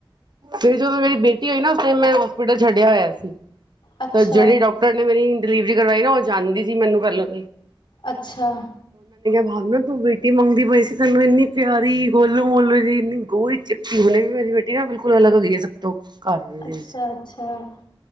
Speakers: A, on the right; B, on the left.
A: ਫਿਰ ਜਦੋਂ ਮੇਰੀ ਬੇਟੀ ਹੋਈ ਨਾ ਉਸ ਟਾਈਮ ਮੈਂ ਹੋਸਪਿਟਲ ਛੱਡਿਆ ਹੋਇਆ ਸੀ
B: ਅੱਛਾ
A: ਤੇ ਜਿਹੜੀ ਡਾਕਟਰ ਨੇ ਮੇਰੀ ਡਿਲੀਵਰੀ ਕਰਵਾਈ ਨਾ, ਉਹ ਜਾਂਦੀ ਸੀ ਮੈਨੂੰ ਪਹਿਲਾਂ
B: ਅੱਛਾ।
A: ਵ ਨਾ ਤੂੰ ਬੇਟੀ ਮੰਗਦੀ ਪਈ ਸੀ। ਤੂੰ ਇੰਨੀ ਪਿਆਰੀ, ਗੋਲੂ ਮੋਲੂ ਜ ਇੰਨੀ ਗੋਰੀ ਚਿੱਟੀ ਹਣੀ ਵੀ। ਮੈ ਬੇਟੀ ਨਾ ਬਿਲਕੁਲ ਸਕਲ ਅਲਗ ਹੋ ਗਈ ਹੈ। ਸਭ ਤੋਂ ਘਰ ਵਿੱਚ
B: ਅੱਛਾ ਅੱਛਾ